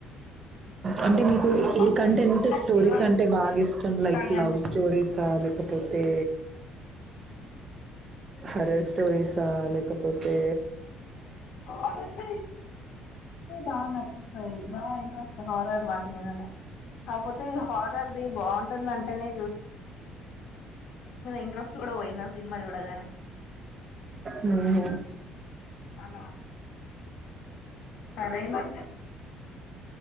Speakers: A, on the right (about 30°); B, on the left (about 65°).
A: అంటే మీకు
B: half
A: A
B: of
A: content
B: the movie
A: stories
B: heroines
A: అంటే
B: తోటే
A: బాగా ఇష్టం
B: సోది
A: లైక్
B: లాగా
A: లవ్
B: అనిపించింది
A: స్టోరీస్ లేకపోతే హరర్ స్టోరీసా లేకపోతే
B: కాదండి బాగా నచ్చుతాయి బాగా ఇంట్రెస్ట్ హారర్ వాటి మీదనే కాకపోతే హారర్ది బాగుంట మేం మంటని ఇంట్రెస్ట్ కూడా పోయింది ఆ సినిమా చూడగానే
A: మ్మ్
B: చాలా వరకు మీరేమంటే